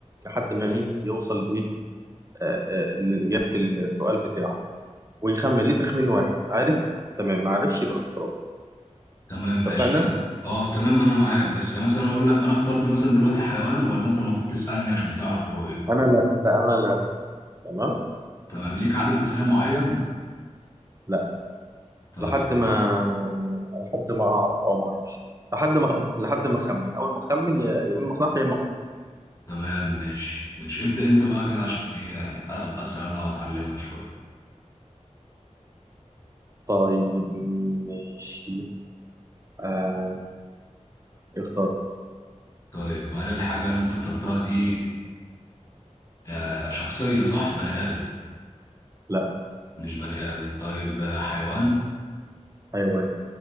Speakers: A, on the right; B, on the left.
A: لحد ما ايه يوصل ايه آه آه لاجابه السؤال بتاعه ويخمن ليه تخمين واحد عارف تمام ما عرفش يبقى خسران
B: تمام ماشي
A: اتفقنا
B: يعني اه تمام انا معاك بس يعني مثلا اقول لك انا اخترت مثلا دلوقتي حيوان ولا انت المفروض تسألني عشان تعرف هو ايه
A: انا لا لا انا اللي هسال تمام
B: تمام ليك عدد أسئلة معين
A: لا
B: طيب
A: لحد ما لحد ما اعرف او ما اعرفش لحد ما لحد ما اخمن اول ما اخمن يا يا اما صح يا اما غلط
B: تمام ماشي ماشي ابدأ انت بقى كده عشان ايه يعني ابقى أسأل انا واتعلمها شوية
A: طيب ماشي آه اخترت
B: طيب هل الحاجة اللي انت اخترتها دي آه، شخصية صح بني آدم
A: لا
B: مش بني آدم طيب آه، حيوان
A: حيوان